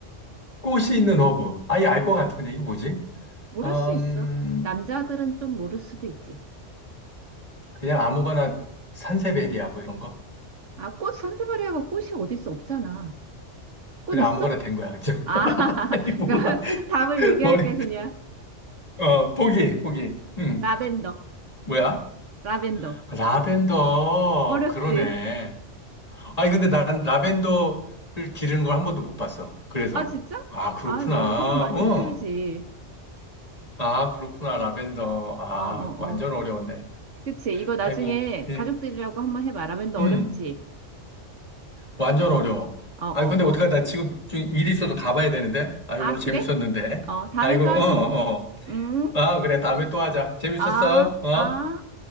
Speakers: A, on the left; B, on the right.
A: 꽃이 있는 허브. 아예 알 것 같은데, 이거 뭐지?
B: 모를
A: 음,
B: 수 있어. 남자들은 좀 모를 수도 있지.
A: 그냥 아무거나 산세베리아, 뭐 이런 거?
B: 아, 꽃 산세바리아가 꽃이 어디 있어? 없잖아.
A: 그냥
B: 꽃 있어?
A: 아무거나 된 거야. <laughs>
B: 아, <laughs>
A: 아니, 몰라.
B: 그럼 답을 얘기할게
A: 머리,
B: 그냥.
A: 어, 보기, 보기. 음,
B: 라벤더.
A: 뭐야?
B: 라벤더.
A: 아, 라벤더,
B: 어렵지?
A: 그러네. 아니, 근데 난 라벤더를 기르는 걸 한 번도 못 봤어. 그래서.
B: 아, 진짜?
A: 아, 그렇구나.
B: 아, 왜? 허브 많이
A: 응.
B: 키우지.
A: 아, 그렇구나. 라벤더. 아,
B: 어, 어,
A: 완전
B: 어.
A: 어려웠네.
B: 그치. 이거 나중에
A: 아이고, 예.
B: 가족들이라고 한번 해봐. 라벤더
A: 음,
B: 어렵지?
A: 완전 어려워.
B: 어, 어,
A: 아니, 근데 어떡하나.
B: 어.
A: 나 지금 좀 일이 있어서 가봐야 되는데. 아이고,
B: 아,
A: 오늘
B: 그래?
A: 재밌었는데.
B: 어, 다음에
A: 아이고,
B: 또
A: 어,
B: 하지 뭐.
A: 어.
B: 음,
A: 아, 그래. 다음에 또 하자. 재밌었어.
B: 아,
A: 어?
B: 아.